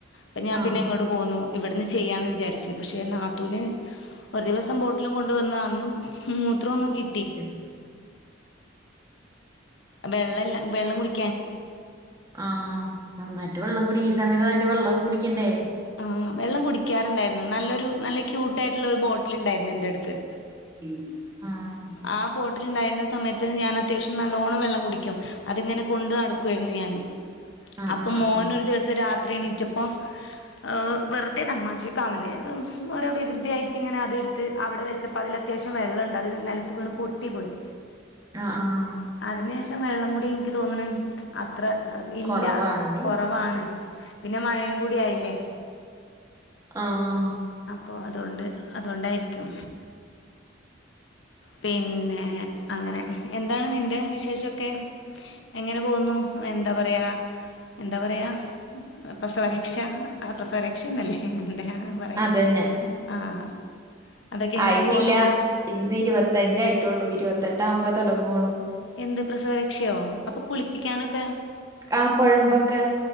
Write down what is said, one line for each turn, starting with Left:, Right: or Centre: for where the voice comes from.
Left: പ്പം ഞാൻ
Right: ആഹ്
Left: പിന്നെ
Right: ആഹ്
Left: ഇങ്ങോട്ട് പോന്നു ഇവിടുന്ന് ചെയ്യാമന്ന് വിചാരിച്ചു പക്ഷേ നാത്തൂന് ഒരു ദിവസം ബോട്ടിലും കൊണ്ട് വന്ന് അന്നും മൂത്രമൊന്നും കി
Right: ജൽ
Left: വെള്ളംല്ല വെള്ളം കുടി
Right: ആഹ് നന്നായിട്ട് വെള്ളം കുടിക്ക ഈ സമയത്ത് അതിന്റെ വെള്ളം കുടിക്കണ്ടേ
Left: ആഹ് വെള്ളം കുടിക്കാറുണ്ടായിരുന്നു നല്ലൊരു നല്ല ക്യൂട്ട് ആയിട്ടുള്ള ഒരു ബോട്ടിൽ ഉണ്ടായിരുന്നു എന്റെ അടുത്ത്
Right: ഉം ആഹ്
Left: ആഹ് ബോട്ടിൽണ്ടായിരുന്ന സമയത്ത് ഞാൻ അത്യാവശ്യം നല്ലോണ്ണം വെള്ളം കുടിക്കും അതിങ്ങനെ കൊണ്ടു നടക്കുവായിരുന്നു ഞാന്
Right: ആഹ്
Left: അപ്പം മോനൊരു
Right: ആഹ് ആഹ്
Left: ദിവസം രാത്രി എണീച്ചപ്പോൾ ആഹ് വെർതെ തമാശക്ക അവന് ഓരോ വികൃതിയായിട്ട് ഇങ്ങനെ അത്ട് ത് അവിടെ വെച്ചപ്പോ അതിൽ അത്യാവശ്യം വെള്ളണ്ട് അത് നിലത്ത് വീണ് പൊട്ടിപ്പോയി
Right: അഹ് ആഹ്
Left: അതിനേശേഷം വെള്ളം കൂടി എനിക്ക് തോന്നണ അത്ര ഇല്ല
Right: കൊറവാണെന്ന്
Left: കൊറവാണ് പിന്നെ മഴയും കൂടി ആയില്ലേ
Right: ആഹ്
Left: അപ്പോ അതൊണ്ട് അതുകൊണ്ടായിരിക്കും പിന്നെ അങ്ങനെ എന്താണ് നിന്റെ വിശേഷക്കെ എങ്ങനെ പോകുന്നു എന്താ പറയാ എന്താ പറയാ പ്രസവരക്ഷ ആഹ് പ്രസവരക്ഷ ക്ഷെ നല്ലേ എന്താ പറയാ
Right: അതന്നെ
Left: ആഹ് അതൊക്കെ എങ്ങനെ
Right: ആയിട്ടില്ല
Left: പോഉന്നു
Right: ഇന്ന് ഇരുപത്തഞ്ചയിട്ടുള്ളൂ ഇരുപത്തെട്ട് ആഉമ്പേ തുടങ്ങുള്ളൂ
Left: എന്ത് പ്രസവരക്ഷയോ അപ്പൊ കുളിപ്പിക്കാനൊക്കെ?
Right: ആഹ് കൊഴമ്പെക്കെ.